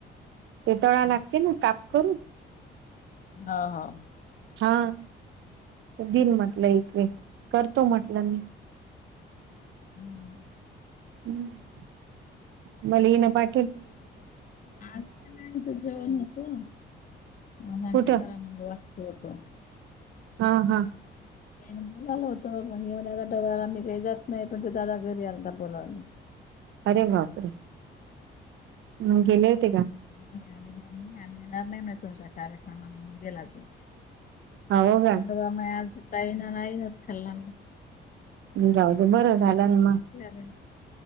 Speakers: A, on the right (about 75°); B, on the left (about 45°).
A: ते तळायला लागते ना काप करून?
B: हा हा,.
A: हा, तेदिल म्हटलं एक वेळ करतो म्हटलं मी.
B: हम्म, <inaudible>
A: ह मले हि न पाय
B: आज त्याला ईथ जेवण होतं अ
A: कुठं
B: आच्या घरा मग वास्तूक होतो <unintelligible>
A: हा हा.
B: का बोलायला होतं आ डवला <unintelligible> <unintelligible> मी काही जात नाही पण ते दादा घरी आता बोलायला
A: अरे बापरे म गेले होते का?
B: आले नाही आम्ही येणार नाही म तुमच्या कार्यक्रम गेला ते
A: हो का
B: बाबा म आ पाहि ना नाही नाच खाल्ला म <unintelligible>
A: जाऊ दे, बरं झालं ना मग.
B: दोन तीन.